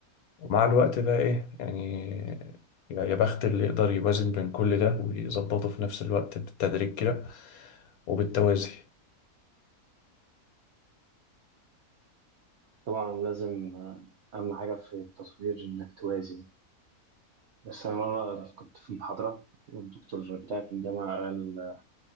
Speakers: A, on the left; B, on the right.
A: ومع الوقت بقى إيه يعني يا يا بخت اللي يقدر يوازن بين كل ده ويظبطه في نفس الوقت بالتدريج كده وبالتوازي
B: طبعا لازم آه، أهم حاجة في التطوير إنك توازن بس أنا مرة كنت في محاضرة والدكتور بتاعي في الجامعة قال